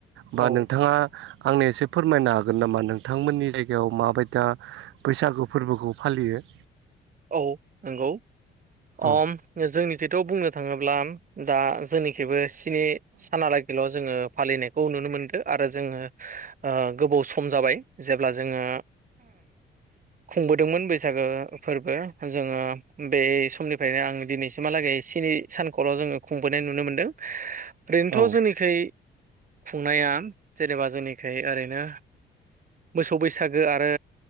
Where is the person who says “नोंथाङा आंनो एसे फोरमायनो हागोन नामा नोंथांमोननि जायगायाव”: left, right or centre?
Right